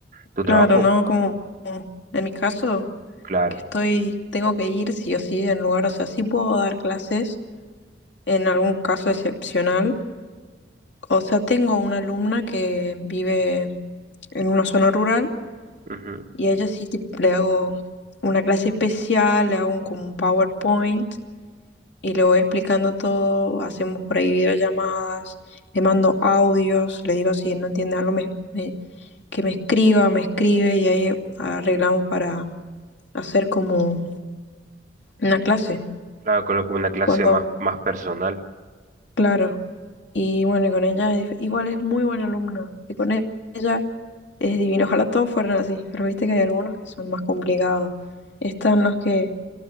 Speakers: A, on the right; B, on the left.
A: Tu
B: claro,
A: trabajo,
B: no como como en mi caso,
A: claro.
B: que estoy, tengo que ir sí o sí en lugar, o sea, sí puedo dar clases en algún caso excepcional. O sea, tengo una alumna que vive en una zona rural
A: ujú.
B: y a ella sí tip- le hago una clase especial, le hago un, como un PowerPoint y le voy explicando todo, hacemos por ahí videollamadas, le mando audios, le digo si no entiende algo me- me- que me escriba, me escribe y ahí arreglamos para hacer como una clase.
A: Claro, coloco una clase
B: Cuando,
A: más, más personal.
B: claro. Y bueno, y con ella es dif- igual es muy buena alumna y con e- ella es divino. Ojalá todos fueran así, pero viste que hay algunos que son más complicados. Están los que